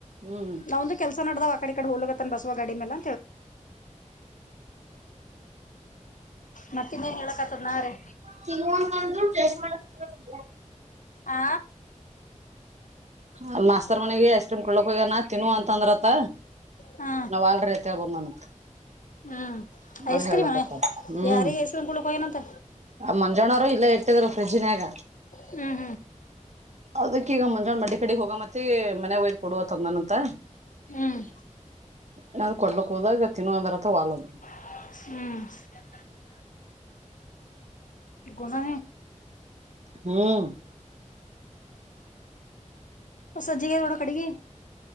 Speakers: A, on the right; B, on the left.
A: ಹ್ಮ್
B: ನಮ್ದು ಕೆಲಸ ನಡ್ದಾವ್ ಅಕಾಡಿಕಾಡಿ ಹೋಗತ್ತನ್ ಬಸವ ಗಡಿ ಮೇಲ್ಲ.
A: <unintelligible>
B: ಮತ್ತಿನ್ನೇನ್ ಹೇಳಕತ್ತದ್ ನಾ ರೀ
A: ತಿಗುವಂತಂದರು <unintelligible> ಮಾಡ. <unintelligible>
B: ಆ
A: ಅ ಮಾಸ್ತರ್ ಮನೆಗ ಐಸ್ ಕ್ರೀಮ್ ಕೊಡ್ಲಕ್ ಹೋಗ್ಯಾನ್ ತಿನ್ವ ಅಂತಂದ್ರತ್ತ
B: ಹಾ
A: ನಾವ್ ಅಲ್ರಿ ಆಗನ
B: ಹ್ಮ್
A: ಅದು
B: ಐಸ್
A: ಹೇಳಕತ್ತನ್
B: ಕ್ರೀಮ್
A: ಹ್ಮ್
B: ಯಾರಿಗೆ ಐಸ್ ಕ್ರೀಮ್ ಕುಡ್ಲಕ್ ಹೋಗ್ಯನಂತ
A: ಆ ಮಂಜಣ್ಣರ ಇಲ್ಲ ಇಟ್ಟಿದ್ರು ಪ್ರೈಡ್ಜ್ನ್ಯಾಗ
B: ಹ್ಮ್
A: ಅದಕ್ಕೀಗ ಮುಂಜಾನೆ ಮಡಿ ಕಡೆ ಹೋಗ ಮತ್ತೆ ಮನೆ ಒಯ ಕೊಡುವ ತಂದನಂತ
B: ಹ್ಮ್
A: ಏನಾರ್ ಕೊಡ್ಲಕ್ ಹೋದಾಗ ತಿನ್ನವ ಅಂದ್ರತ್ರ ವಲ್ದ
B: ಹ್ಮ್ ಗುಣಾ
A: ಹ್ಮ್
B: ಸಜಿಗೆ ನೋಡ ಕಡಿಗಿ